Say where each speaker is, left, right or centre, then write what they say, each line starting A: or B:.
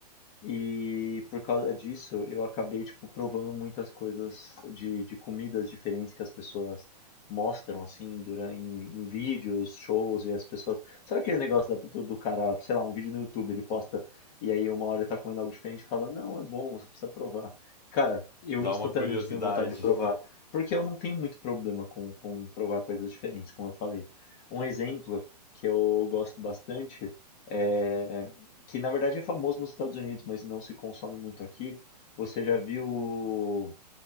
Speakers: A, on the left; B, on the left.
A: E por causa disso, eu acabei, tipo, provando muitas coisas de, de comidas diferentes que as pessoas mostram, assim, durante, em, em vídeos, shows, e as pessoas... Sabe aquele negócio da- do, do cara, sei lá, um vídeo no YouTube, ele posta, e aí uma hora ele tá comendo algo diferente e fala, não, é bom, você precisa provar. Cara, eu
B: Dá
A: instantaneamente
B: uma curiosidade.
A: tenho vontade de provar, porque eu não tenho muito problema com, com provar coisas diferentes, como eu falei. Um exemplo que eu gosto bastante é que na verdade é famoso nos Estados Unidos, mas não se consome muito aqui. Você já viu